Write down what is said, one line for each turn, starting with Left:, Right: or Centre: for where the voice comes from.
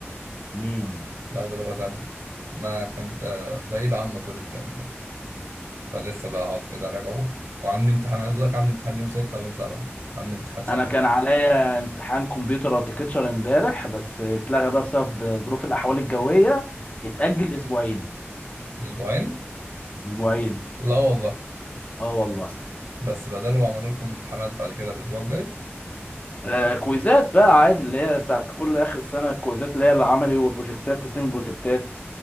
Left: امم
Right: باخد لغة تانية ما كنت آه، بعيد عنه طول الترم فلسه بقى هقعد كده راجعه وعندي امتحان عايز اقول لك عندي امتحان يوم ستة ويوم سبعة عندي امتحان شفوي
Left: انا كان عليا امتحان كمبيوتر اركتشر امبارح بس اتلغى بقى بسبب ظروف الاحوال الجويه اتاجل اسبوعين
Right: بأسبوعين
Left: اسبوعين
Right: لا والله
Left: اه والله
Right: بس بدلوا عملوا لكم امتحانات بعد كده الأسبوع الجاي
Left: آه كويزات بقى عادي اللي هي بتاعت كل اخر السنه الكويزات اللي هي العملي والبروجكتات تسليم البروجكتات